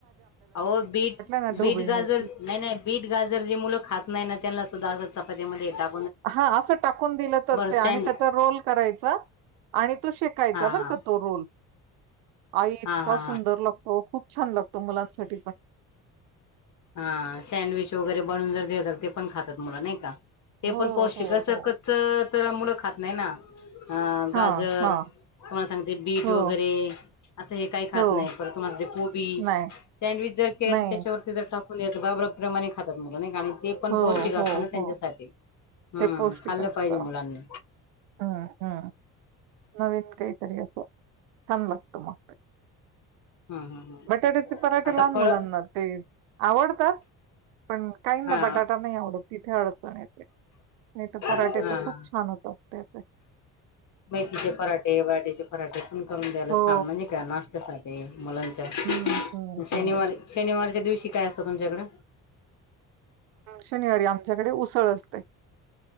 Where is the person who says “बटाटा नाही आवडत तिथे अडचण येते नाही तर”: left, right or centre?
Right